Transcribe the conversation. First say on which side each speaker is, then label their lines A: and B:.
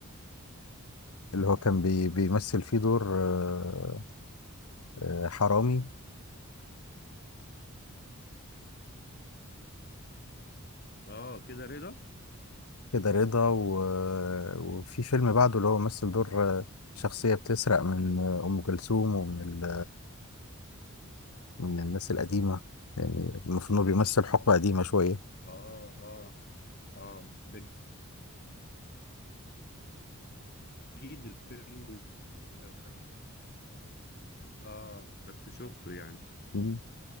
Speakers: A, on the left; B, on the left.
A: اللي هو كان بي بيمثل فيه دور آه، آه، حرامي
B: اه كده رضا
A: كده رضا و- وفي فيلم بعده اللي هو مثل دور آه، شخصية بتسرق من آه، أم كلثوم ومن ال- من الناس القديمة يعني المفروض إنه بيمثل حقبة قديمة شوية
B: اه اه اه ده جديد الفيلم ده. اه بس شفته يعني
A: آه.